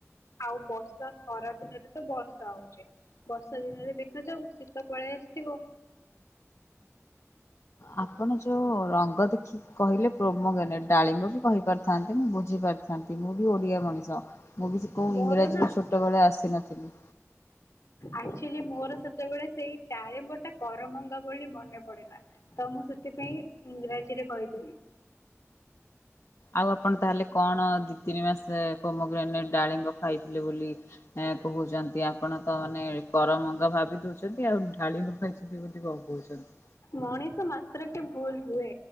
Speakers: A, on the left; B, on the left.
A: ଆଉ ବର୍ଷା, ଖରା ଦିନରେ ତ ବର୍ଷା ହଉଛି। ବର୍ଷା ଦିନରେ ଦେଖାଯାଉ ଶୀତ ପଳେଇ ଆସିଥିବ।
B: ଆପଣ ଯୋଉ ରଙ୍ଗ ଦେଖିକି କହିଲେ ପ୍ରୋମୋଗାନେଟ୍, ଡାଳିମ୍ବ ବି କହିପାରି ଥାନ୍ତେ। ମୁଁ ବୁଝିପାରି ଥାନ୍ତି। ମୁଁ ବି ଓଡ଼ିଆ ମଣିଷ। ମୁଁ କିଛି କୋଉ
A: ମୋର
B: ଇଂରାଜୀରୁ
A: ନା
B: ଛୋଟବେଳେ ଆସିନଥିଲି।
A: ଆକ୍ଚୁଲି ମୋର ସେତେବେଳେ ସେଇ ଡାଳିମ୍ବଟା କରମଙ୍ଗା ବୋଲି ମନେ ପଡିଲା। ତ ମୁଁ ସେଥିପାଇଁ ଇଂରାଜୀରେ କହିଦେଲି।
B: ଆଉ ଆପଣ ତାହେଲେ କଣ ଦିଇ, ତିନି ମାସ ପ୍ରୋମୋଗ୍ରାନେଟ୍ ଡାଳିମ୍ବ ଖାଇଥିଲେ ବୋଲି ଏ କହୁଛନ୍ତି। ଆପଣ ତ ମାନେ କରମଙ୍ଗା ଭାବି ଦଉଛନ୍ତି ଆଉ ଡାଳିମ୍ବ ଖାଇଛନ୍ତି ବୋଲି କଣ। <inaudible>
A: ମଣିଷ ମାତ୍ର କେ ଭୁଲ୍ ହୁଏ।